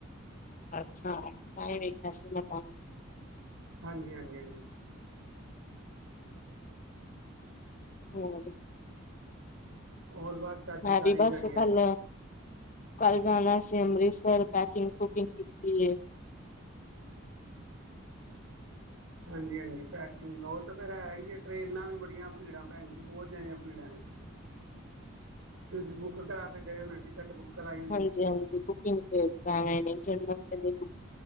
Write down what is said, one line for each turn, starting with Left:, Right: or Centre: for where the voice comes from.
Left: ਅੱਛਾ ਤਾਂਈ ਵੇਖਯਾ ਸੀ ਮੈਂ ਤੁਆਨੁ।
Right: ਹਾਂਜੀ, ਹਾਂਜੀ, ਹਾਂਜੀ।
Left: ਹੋਰ
Right: ਹੋਰ ਬਸ ਅੱਜ
Left: ਮੈਂ
Right: ਸਾਰੀ
Left: ਵੀ ਬੱਸ
Right: ਦਿਹਾੜੀ
Left: ਕੱਲ
Right: ਹੈ
Left: ਕੱਲ ਜਾਨਾ ਸੀ ਅੰਮ੍ਰਿਤਸਰ, ਪੈਕਿੰਗ ਪੁਕਿੰਗ ਕੀਤੀ ਏ।
Right: ਹਾਂਜੀ-ਹਾਂਜੀ ਪੈਕਿੰਗ ਓ ਤਾਂ ਫਿਰ ਹੈ ਈ ਏ, ਟਰੇਨਾਂ ਵੀ ਬੜੀਆਂ ਭੀੜਾਂ ਪੈਣ ਜੀ ਬੋਤ ਜਿਆਦਿਆਂ ਭੀੜਾਂ ਏ ਤੁਸੀਂ ਬੁੱਕ ਕਰਾ ਕੇ ਗਏ ਓ ਨਾ ਟਿ ਟਿਕਟ ਬੁੱਕ ਕਰਾਈ। ਹੋਣੀ
Left: ਹਾਂਜੀ-ਹਾਂਜੀ, ਬੁਕਿੰਗ ਤੇ <unintelligible> ਜਨਰਲ ਤੇ ਨਈ